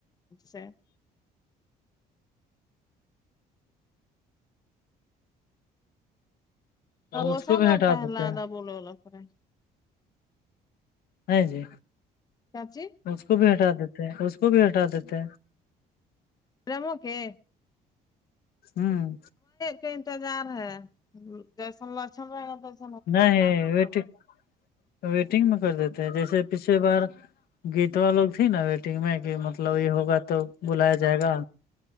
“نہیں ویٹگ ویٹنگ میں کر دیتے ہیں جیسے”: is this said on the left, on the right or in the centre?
Left